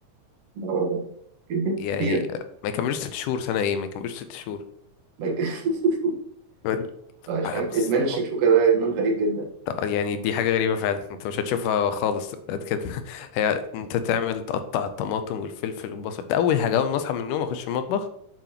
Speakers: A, on the right (about 55°); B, on the left (about 80°).
A: نهار أبيض. <laughs>
B: يعني
A: كتير
B: ما يكملوش ست شهور سنه ايه ما يكملوش ست شهور
A: <laughs>
B: بل-
A: مش
B: آه،
A: عارف
B: بص
A: ادمان الشكشوكة
B: هو-
A: ده ادمان غريب جدا
B: يعني دي حاجه غريبه فعلا انت مش هتشوفها خالص قد كده <laughs> هي انت تعمل تقطع الطماطم والفلفل والبصل ده اول حاجه اول ما اصحى من النوم اخش المطبخ